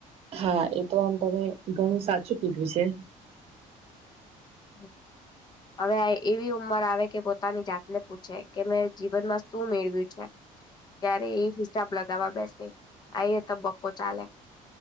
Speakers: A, on the right; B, on the left.
A: હા, એ તો આમ તમે ઘણું સાચું કીધું છે.
B: હમ. હવે એવી ઉંમર આવે કે પોતાની જાતને પૂછે કે, મેં જીવનમાં શું મેળવ્યું છે? ત્યારે એ હિસાબ લગાવવા બેસે અ તબક્કો ચાલે.